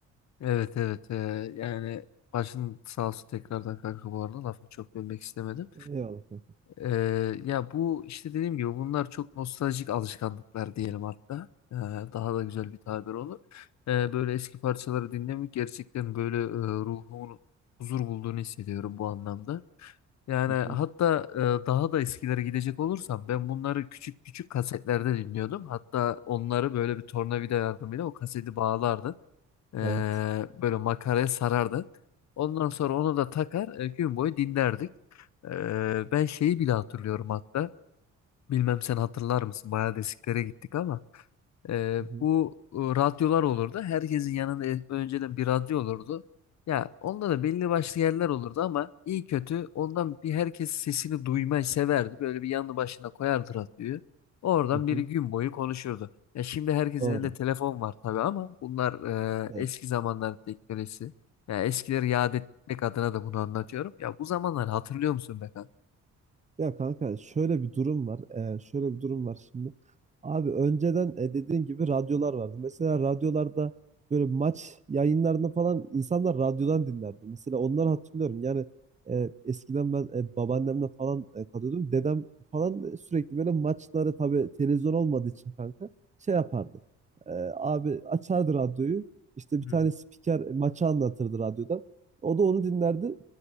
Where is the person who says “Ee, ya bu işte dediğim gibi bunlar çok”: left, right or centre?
Left